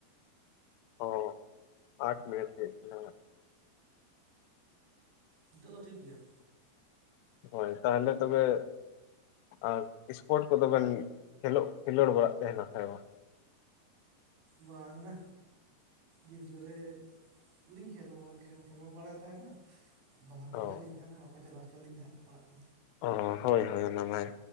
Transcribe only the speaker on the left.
ᱦᱚᱸ ᱟᱴ ᱢᱤᱱᱤᱴ ᱦᱩᱭᱩᱜ ᱠᱟᱱᱟ ᱱᱷᱟᱸᱜ ᱾
ᱦᱳᱭ, ᱛᱟᱦᱮᱞᱮ ᱛᱚᱵᱮ ᱟᱨ ᱮᱥᱯᱳᱴ ᱠᱚᱫᱚ ᱵᱮᱱ ᱠᱷᱮᱞᱳᱜ, ᱠᱷᱮᱞᱳᱰ ᱵᱟᱲᱟᱜ ᱛᱟᱦᱮᱸᱱᱟ ᱥᱮ ᱵᱟᱝ?
ᱚ
ᱚᱦ ᱦᱳᱭ ᱦᱳᱭ ᱚᱱᱟ ᱢᱟᱭ,